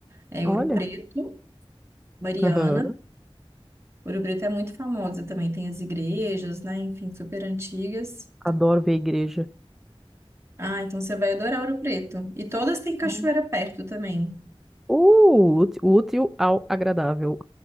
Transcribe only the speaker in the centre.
Olha.
Aham.
Adoro ver a igreja.
Uh,
útil, útil ao agradável.